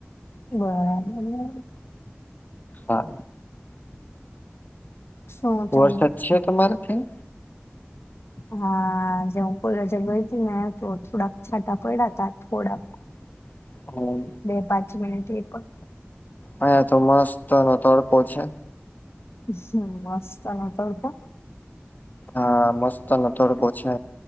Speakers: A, on the left; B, on the left.
A: બરાબર ને
B: હા
A: શું ચાલે?
B: વરસાદ છે. તમારે ત્યાં
A: હા જે કોલા જ ગરથી ના તો થોડાક છાંટા પડયા હતા. થોડાક
B: <inaudible> હમ
A: બે પાંચ મિનિટ એ પણ
B: અહયા તો મસ્તનો તડકો છે.
A: હ મસ્ત નો તડકો
B: હા મસ્તને થોડ પછ